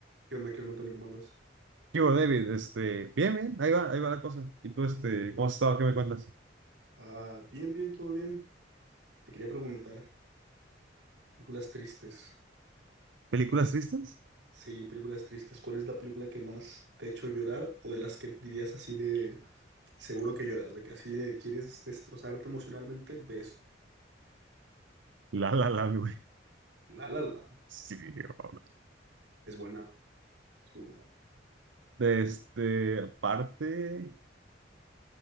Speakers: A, on the right (about 75°); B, on the right (about 85°).
A: ¿Qué onda, qué onda, Tony? ¿Cómo andas?
B: ¿Qué hubo, David? Este, bien, bien, ahí va, ahí va la cosa. ¿Y tú, este, cómo has estado? ¿Qué me cuentas?
A: Ah, bien, bien, todo bien. Te quería preguntar, películas tristes.
B: ¿Películas tristes?
A: Sí, películas tristes. ¿Cuál es la película que más te ha hecho llorar o de las que dirías así de seguro que lloras, de que así de quieres destrozarte emocionalmente? Ves
B: La La la, güey.
A: La La Land.
B: Sí, bro.
A: Es buena, es muy buena.
B: De este, aparte,